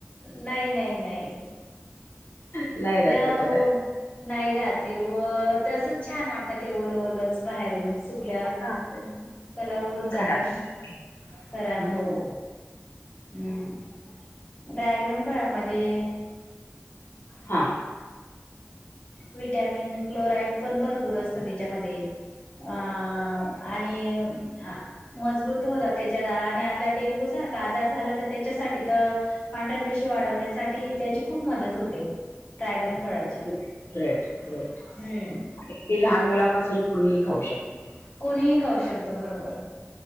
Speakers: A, on the left; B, on the left.
A: नाही नाही नाही.
B: नाही
A: त्या
B: राहतो कधी
A: ओ
B: आता
A: नाही राहते व तसच छान वाटत ते ओलं ओलच बाहेर. सुकल्यावर मग
B: हा
A: कलर उडून
B: खराब
A: जातो ना
B: दिसत
A: खराब
B: हम्म.
A: हो. हम्म ड्रॅग्रन फळामध्ये
B: हा.
A: विटॅमिन क्लोराइड पण भरपूर असत त्याच्यामध्ये अ आणि मजबूत होतात त्याच्या आणि आला डेंगू सारखा आजार झाला तर त्याच्यासाठी तर पांढऱ्या पेशी वाढवण्यासाठी त्याची खूप मदत होते ड्रॅगन फळाची
B: ग्रेट ग्रेट
A: हम्म
B: ती लहान मुलापासून कोणीही खाऊ शकते
A: कोणीही खाऊ शकत बरोबर